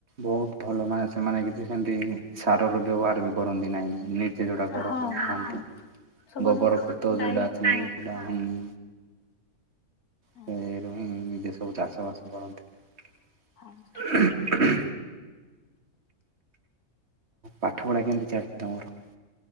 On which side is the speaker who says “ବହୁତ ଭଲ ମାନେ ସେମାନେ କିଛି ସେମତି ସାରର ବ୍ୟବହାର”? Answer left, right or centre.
Right